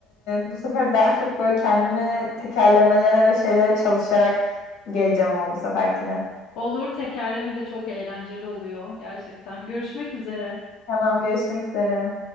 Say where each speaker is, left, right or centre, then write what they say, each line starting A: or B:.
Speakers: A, on the left; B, on the left.
A: e, bu sefer daha çok böyle kendimi tekerlemelere ve şeylere çalışarak geleceğim ama bu seferkine.
B: Olur tekerleme de çok eğlenceli oluyor gerçekten. Görüşmek üzere.
A: Tamam, görüşmek üzere.